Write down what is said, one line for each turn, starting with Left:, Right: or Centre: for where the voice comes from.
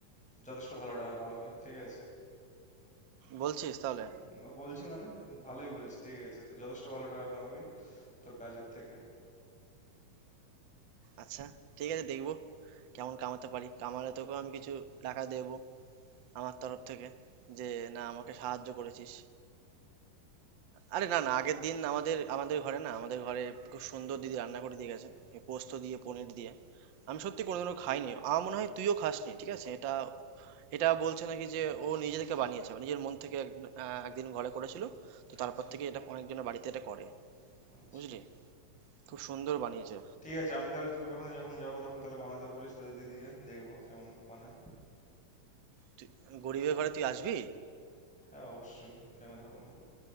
Centre: যথেষ্ট ভালো টাকা কামাবি। ঠিক আছে?
Right: বলছিস তাহলে
Centre: উম, বলছি মানে ভালোই বলছি ঠিক আছে। তো যথেষ্ট ভালো টাকা কামাবি তোর কাজের থেকে।
Right: আচ্ছা ঠিক আছে দেখবো কেমন কামাতে পারি কামালে তোকেও আমি কিছু টাকা দেবো আমার তরফ থেকে যে না আমাকে সাহায্য করেছিস আরে না না আগের দিন আমাদের আমাদের ঘরে না আমাদের ঘরে খুব সুন্দর দিদি রান্না করে দিয়ে গেছে এই পোস্ত দিয়ে পনির দিয়ে আমি সত্যি কোনোদিনও খাইনি আমার মনে হয় তুইও খাসনি ঠিক আছে এটা এটা বলছে নাকি যে ও নিজে থেকে বানিয়েছে মানে নিজের মন থেকে এক- আহ, একদিন ঘরে করেছিল তো তারপর
Centre: আচ্ছা,
Right: থেকে এটা অনেকজনের বাড়িতে এটা করে
Centre: আচ্ছা।
Right: বুঝলি খুব সুন্দর বানিয়েছে
Centre: ঠিক আছে আমি তাহলে তোদের ওখানে যখন যাব তখন তাহলে বানাতে বলিস তোদের দিদিকে দেখবো কেমন বানায়
Right: তুই গরিবের ঘরে তুই আসবি
Centre: হ্যাঁ অবশ্যই কেন যাব না